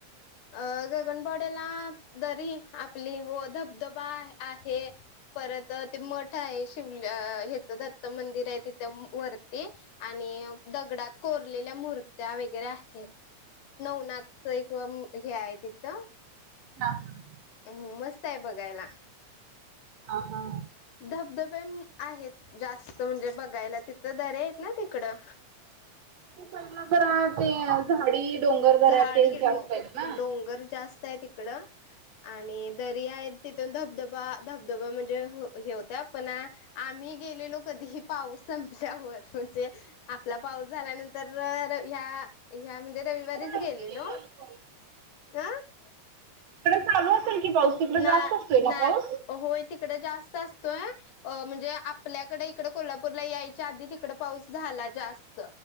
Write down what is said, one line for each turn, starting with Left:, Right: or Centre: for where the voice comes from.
Left: अ गगनबडेला दरी आपली हो धब. धबा आहे परत ते म. आहे शिवल ह्याचं दत्त मंदिर आहे तिथे वरती आणि दगडात. कोरलेल्या मूर्त्या वगैरे आहेत नवनाथच क. हे आहेय त इथ.
Right: ह.
Left: अ मस्त आहे बघायला.
Right: ह. हा
Left: धबधबे आहेत जास्त म्हणजे बघायला तिथं दरे नाही तिकडं.
Right: तर राहते. साडी डोंगर. दऱ्या
Left: झाडी
Right: तेच
Left: आहे
Right: जास्त
Left: डो
Right: आहेत ना
Left: डोंगर जास्त आहे तिकडं. आणि दरी आहे तिथून धबधबा धबधबा म्हणजे हे होत आपण आम्ही गेलेलो कधीही पाऊस संपल्यावर म्हणजे आपला पाऊस झाल्यानंतर ह ह म्हणजे
Right: तिकडे
Left: ग.
Right: असते की चालू पाऊस तिकडं चालू असल की पाऊस? तिकडे
Left: नाय
Right: जास्त असतोय
Left: नाय
Right: ना पाऊस
Left: होय तिकडे जास्त असतोय अ म्हणजे आपल्याकडे तिकडं कोल्हापूरला यायच्या आधी तिकड पाऊस झाला जास्त